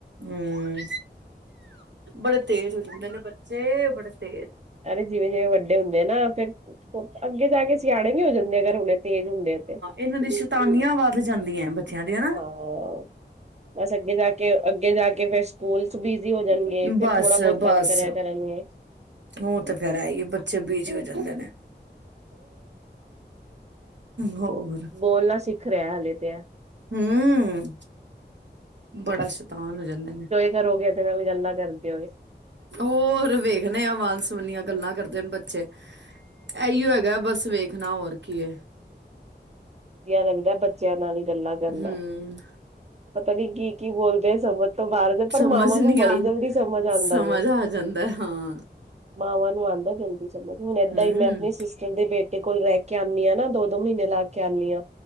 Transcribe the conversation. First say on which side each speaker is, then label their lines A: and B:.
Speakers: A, on the right; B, on the right.
A: ਹੂੰ, ਬੜੇ ਤੇਜ਼ ਹੋ ਜਾਂਦੇ ਨੇ ਬੱਚੇ, ਬੜੇ ਤੇਜ਼
B: ਅਰੇ ਜਿਵੇਂ-ਜਿਵੇਂ ਵੱਡੇ ਹੁੰਦੇ ਆ ਨਾ ਫਿਰ, ਅੱਗੇ ਜਾ ਕੇ ਸਿਆਣੇ ਵੀ ਹੋ ਜਾਂਦੇ ਆ, ਅਗਰ ਹੁਣੇ ਤੇਜ਼ ਹੁੰਦੇ ਆ ਤੇ।
A: ਏਨਾਂ ਦੀ ਸ਼ੈਤਾਨੀਆਂ ਵੱਧ ਜਾਂਦੀਆਂ ਬੱਚਿਆਂ ਦੀ ਹਨਾ।
B: ਹਾਂ ਬਸ ਅੱਗੇ ਜਾ ਕੇ, ਅੱਗੇ ਜਾਕੇ ਫੇਰ ਸਕੂਲ ਚ ਬਿਜੀ ਹੋ ਜਾਣਗੇ,
A: ਨੇ
B: ਫੇਰ
A: ਬਸ
B: ਥੋੜਾ ਬਹੁਤ ਤੰਗ
A: ਬਸ
B: ਕਰਿਆ ਕਰਨਗੇ।
A: ਉਹ ਤੇ ਫਿਰ ਐ ਈ ਏ, ਬੱਚੇ ਬੀਜੀ ਹੋ ਜਾਂਦੇ ਨੇ। ਹੋਰ।
B: ਬੋਲਣਾ ਸਿੱਖ ਰਿਹਾ ਹਲੇੇ ਤੇ ਆ।
A: ਹੂੰ, ਬੜਾ ਸ਼ੈਤਾਨ ਹੋ ਜਾਂਦੇ ਨੇ।
B: ਚਿਰ ਹੋ ਗਿਆ ਤੇਰੇ ਨਾਲ ਗੱਲਾਂ ਕਰਦੇ ਹੋਏ।
A: ਹੋਰ ਵੇਖਣੇ ਆ ਵਨ ਸਵਨੀਆਂ ਗੱਲਾਂ ਕਰਦੇ ਨੇ ਬੱਚੇ। ਐਈਓ ਹੈਗਾ ਬਸ ਵੇਖਣਾ, ਹੋਰ ਕੀ ਏ।
B: <inaudible> ਵਧੀਆ ਰਹਿੰਦਾ ਬੱਚਿਆਂ ਨਾਲ ਹੀ ਗੱਲਾਂ ਕਰਨਾ,
A: ਹਮ
B: ਪਤਾ ਨੀ ਕੀ-ਕੀ ਬੋਲਦੇ ਸਮਝ ਤੋਂ ਬਾਹਰ ਦੇ ਪਰ
A: ਸਮਝ
B: ਮਾਵਾਂ
A: ਨੀ
B: ਨੂੰ ਬੜੀ
A: ਆ
B: ਜਲਦੀ ਸਮਝ ਆਂਦਾ
A: ਸਮਝ
B: ਜੇ।
A: ਆ ਜਾਂਦਾ ਹਾਂ
B: ਮਾਵਾਂ ਨੂੰ ਆਂਦਾ ਜਲਦੀ ਸਮਝ, ਹੁਣ ਏਦਾਂ
A: ਹਮ
B: ਹੀ ਆਪਣੀ ਸਿਸਟਰ ਦੇ ਬੇਟੇ ਕੋਲ ਰਹਿ ਕੇ ਆਨੀ ਆ, ਨਾ ਦੋ- ਦੋ ਮਹੀਨੇ ਲਾਕੇ ਆਨੀ ਆ।